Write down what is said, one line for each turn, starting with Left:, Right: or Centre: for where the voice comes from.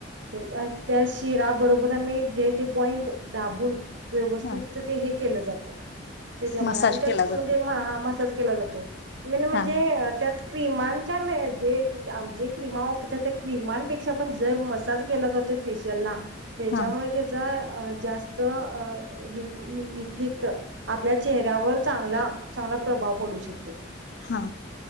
Right: त्या शिरा बरोबर आम्ही जे ते पॉईंट दाबून व्यवस्थित
Left: हा
Right: ते हे केल जात त्याच्यामुळे
Left: मसाज
Right: आणि त्यात
Left: केला
Right: म्हणजे
Left: जातोय
Right: म हा मसाज केला जातो, मेन म्हणजे
Left: हा
Right: अ त्यात क्रीमांच्या जे आ म जे क्रीमा वापरतात त्या क्रिमांपेक्षा पण जर मसाज केला जातोय फेशियलला, त्याच्यामुळे
Left: हा
Right: त्याचा अ जास्त अ वी वी इफेक्ट आपल्या चेहऱ्यावर चांगला, चांगला प्रभाव पडू शकतो.
Left: हा,